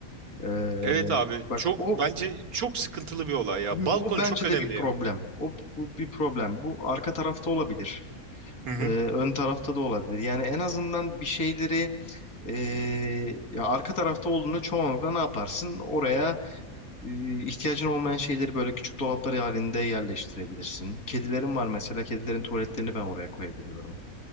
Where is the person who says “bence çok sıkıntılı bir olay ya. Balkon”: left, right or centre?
Right